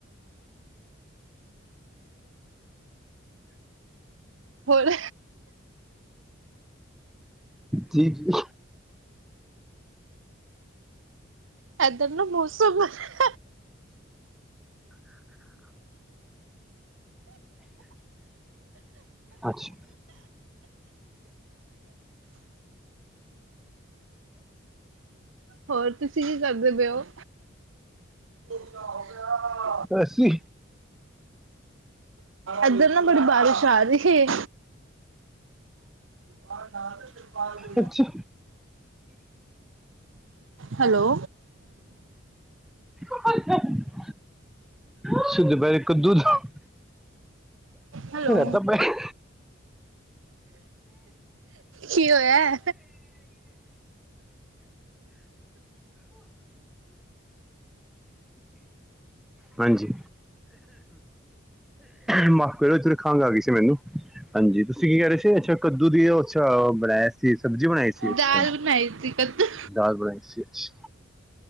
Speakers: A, on the right; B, in the centre.
A: ਹੋਰ
B: ਜੀ, ਜੀ।
A: ਏਦਰ ਨਾ ਮੌਸਮ ਬੜਾ
B: ਅੱਛਾ।
A: ਹੋਰ ਤੁਸੀ ਕੀ ਕਰਦੇ ਪਏ ੳ? <inaudible>
B: ਅਸੀ
A: ਏਧਰ ਨਾ ਬੜੀ ਬਾਰਿਸ਼ ਆ ਰੀ ਏ। <inaudible>
B: ਅੱਛਾ
A: ਹੈਲੋ
B: ਹ <unintelligible> ਅਸੀਂ ਤੇ ਬਣਾਇਆ ਕਦੂ <unintelligible>
A: ਹੈਲੋ।
B: ਰਾਇਤਾ ਪਾਇਆ
A: ਕੀ ਹੋਇਆ?
B: ਹਾਂਜੀ, ਮਾਫ਼ ਕਰੋ ਜੇ ਖਾਂਗ ਆ ਗਈ ਸੀ ਮੈਨੂੰ ਹਾਂ, ਜੀ ਤੁਸੀਂ ਕੀ ਕਹਿ ਰਹੇ ਸੀ ਅੱਛਾ ਕੱਦੂ ਦੀ ਉਹ ਅੱਛਾ ਬਣਾਆ ਕੀ ਸਬਜ਼ੀ ਬਣਾਈ ਸੀ ਅੱਛਾ,
A: ਦਾਲ ਬਣਾਈ ਸੀ ਕੱਦੂ
B: ਦਾਲ ਬਣਾਈ ਸੀ ਅੱਛ